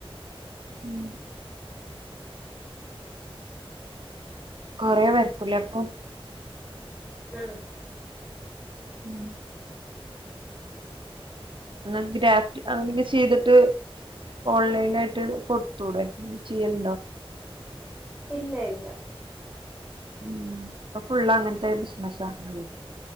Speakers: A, on the right (about 55°); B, in the centre.
A: ഉം കൊറെ വരക്കുല്ലെ അപ്പോ
B: ആഹ്
A: ഉം ഇന്നാ അന്ക്ക് ഗ്രാഫ്റ്റ് അഹ് പിന്നെ ചെയ്ത്ട്ട് ഓൺലൈനായിയിട്ട് കൊടുത്തൂടെ ഉം ചെയ്യല്ണ്ടോ
B: ഇല്ല ഇല്ല
A: ഉം ഇപ്പം ഫുള്ള് അങ്ങത്തെ ബിസിനസാള്ളെയ്